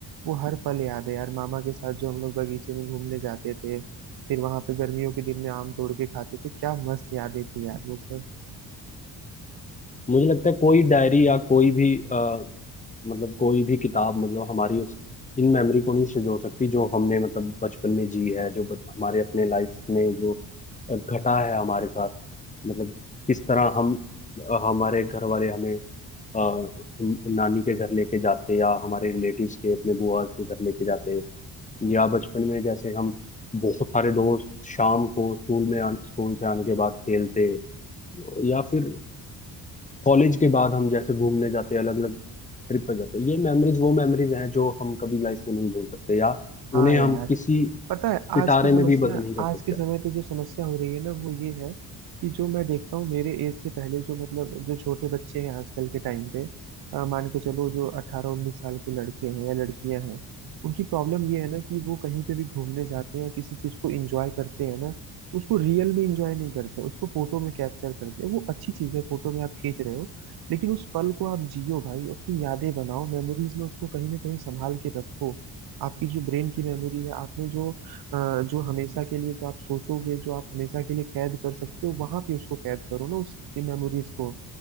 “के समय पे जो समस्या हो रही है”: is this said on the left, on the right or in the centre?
Right